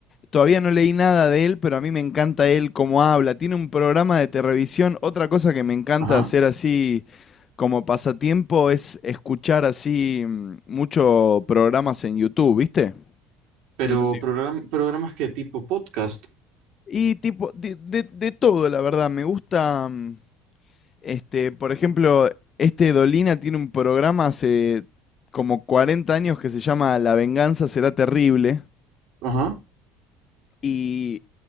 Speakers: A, on the left; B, on the right.
A: Todavía no leí nada de él, pero a mí me encanta él cómo habla. Tiene un programa de televisión. Otra cosa que me encanta
B: ajá.
A: hacer así como pasatiempo es escuchar así muchos programas en YouTube, ¿viste?
B: Pero
A: No sé si...
B: program- programas que tipo podcast.
A: Y tipo, de, de- de todo, la verdad. Me gusta, mm, este, por ejemplo, este Dolina tiene un programa hace como 40 años que se llama La venganza será terrible.
B: Ajá,
A: Y